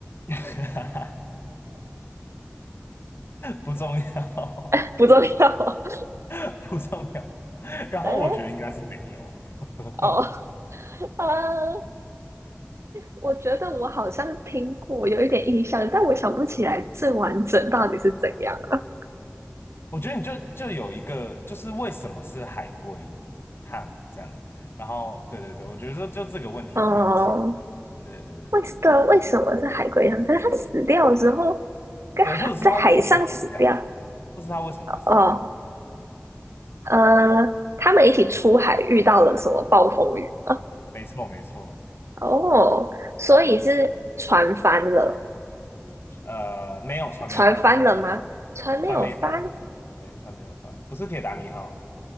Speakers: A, on the left; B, on the right.
A: <laughs> 不重要，
B: <laughs> 不重要。
A: <laughs> 不重要。然后我觉得应该是没有。
B: 哎，哦，
A: <laughs>
B: 呃，我觉得我好像听过，有一点印象，但我想不起来最完整到底是怎样了、
A: 我觉得你就就有一个，就是为什么是海龟汤这样，然后对对对，我觉得就就这个问题你没有解，
B: 哦，
A: 对对对对对，
B: 为什对啊为什么是海龟汤？可是他死掉的时候，跟海在海上死掉。
A: 对或者是它为什么会死掉，或是它为什么会死掉，
B: 哦，呃，他们一起出海遇到了什么暴风雨吗？
A: 没错没错，
B: 哦，所以是船翻了，
A: 呃，没有传媒翻，
B: 船翻了吗？船没有翻
A: 传媒翻，对，船没有翻，不是铁达尼号，